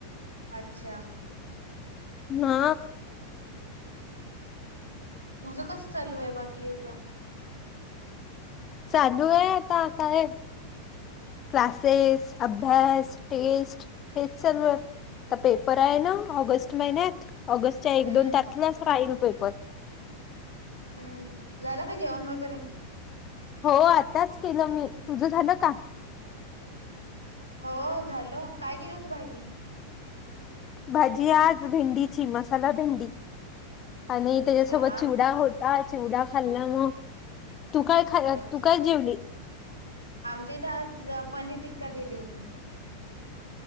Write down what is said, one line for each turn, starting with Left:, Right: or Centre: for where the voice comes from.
Right: अच्छा.
Left: ना.
Right: तुझं कस चालूय बाकी आता?
Left: चालूय आता काय क्लासेस, अभ्यास, टेस्ट हेच सर्व ता पेपर हाय ना ऑगस्ट महिन्यात ऑगस्टच्या
Right: हम्म
Left: एक दोन तारखेलाच राहील पेपर.
Right: हम्म झालं का जेवण वगरे?
Left: हो आताचं केलं मी तुझ झालं का?
Right: हो झालं काय केली होती भाजी?
Left: भाजी आज भेंडीची मसाला भेंडी आणि
Right: अच्छा
Left: तेच्यासोबत
Right: आम
Left: चिवडा होता, चिवडा खाल्ला म तू काय ख
Right: अच्छ
Left: तू काय जेवली?
Right: आमच्या इथे आज पनीर टिक्का केली होती.